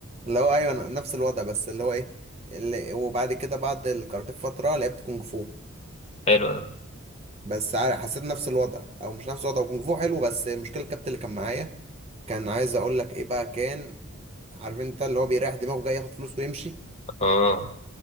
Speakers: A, on the right; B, on the left.
A: اللي هو ايوه أنا نفس الوضع بس اللي هو ايه اللي وبعد كده بعد الكاراتيه بفتره لعبت كونج فو
B: <laughs> حلو ده
A: بس عار- حسيت نفس الوضع او مش نفس الوضع كونج فو حلو بس المشكله الكابتن اللي كان معايا كان عايز اقول لك ايه بقى كان عارف انت اللي هو بيريح دماغه جاي ياخد فلوس ويمشي
B: اه